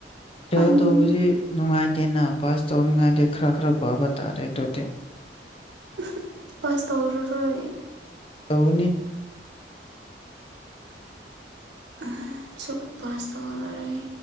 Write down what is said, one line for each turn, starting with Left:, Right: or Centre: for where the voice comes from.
Left: ꯐꯦꯜ
Right: ꯄꯥꯅꯤꯡ
Left: ꯇꯧꯕꯗꯤ ꯅꯨꯡꯉꯥꯏꯇꯦꯅ ꯄꯥꯁ ꯇꯧꯅꯤꯡꯉꯥꯏꯗꯤ ꯈꯔ ꯈꯔ ꯄꯥꯕ ꯇꯥꯔꯦ ꯑꯗꯨꯗꯤ
Right: ꯑꯍ ꯄꯥꯁ ꯇꯧꯔꯔꯣꯏ
Left: ꯇꯧꯒꯅꯤ
Right: ꯑꯍ ꯁꯨꯛ ꯄꯥꯁ ꯇꯧꯂꯔꯣꯏ